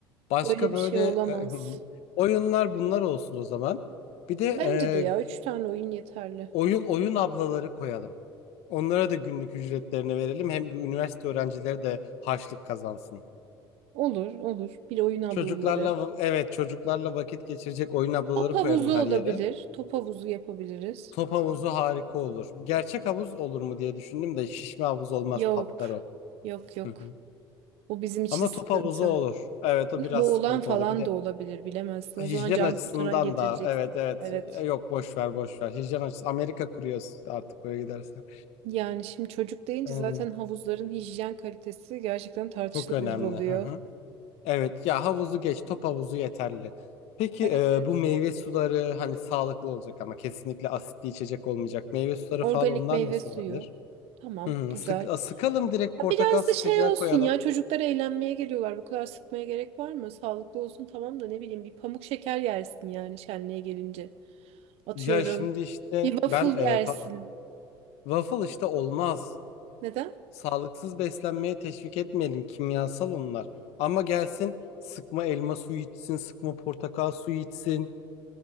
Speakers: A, on the left; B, on the right.
A: Başka
B: böyle bir
A: böyle
B: şey olamaz.
A: e, <laughs> oyunlar bunlar olsun o zaman. Bir de e,
B: Bence de ya üç tane oyun yeterli.
A: oyun oyun ablaları koyalım. Onlara da günlük ücretlerini verelim. Hem bu üniversite öğrencileri de harçlık kazansın.
B: Olur, olur. Bir oyun ablaları.
A: Çocuklarla evet çocuklarla vakit geçirecek oyun ablaları
B: Top havuzu
A: koyarım
B: olabilir.
A: her yere.
B: Top havuzu yapabiliriz.
A: Top havuzu harika olur. Gerçek havuz olur mu diye düşündüm de şişme havuz olmaz
B: Yok.
A: patlar o.
B: Yok yok.
A: Hı hı.
B: Bu bizim için
A: Ama
B: sıkıntı.
A: top havuzu olur. Evet o
B: Şimdi
A: biraz
B: Boğulan
A: sıkıntı
B: falan
A: olur. Bir de
B: da olabilir bilemezsin.
A: hijyen
B: O zaman can
A: açısından
B: kurtaran getireceksin.
A: da evet evet
B: Evet.
A: E, yok boş ver boş ver. Hijyen açısı Amerika kuruyor artık böyle gidersen.
B: Yani şimdi çocuk deyince
A: Ee, hı.
B: zaten havuzların hijyen kalitesi gerçekten tartışılabilir
A: Çok önemli.
B: oluyor.
A: Hı hı. Evet ya havuzu geç top havuzu yeterli. Peki
B: Evet
A: e,
B: evet.
A: bu meyve suları hani sağlıklı olacak ama kesinlikle asitli içecek olmayacak. Meyve suları
B: Organik
A: falan onlar
B: meyve
A: nasıl
B: suyu.
A: olabilir?
B: Tamam,
A: Hı,
B: güzel.
A: sık, a, sıkalım direkt
B: Ha,
A: portakal
B: Biraz
A: sıkacağı
B: da şey olsun
A: koyalım.
B: ya çocuklar eğlenmeye geliyorlar. Bu kadar sıkmaya gerek var mı? Sağlıklı olsun tamam da ne bileyim bir pamuk şeker yersin yani şenliğe gelince. Atıyorum.
A: Ya şimdi işte
B: Bir waffle
A: ben e,
B: yersin.
A: pa- waffle işte olmaz.
B: Neden?
A: Sağlıksız beslenmeye teşvik etmeyelim. Kimyasal onlar. Ama gelsin sıkma elma suyu içsin, sıkma portakal suyu içsin.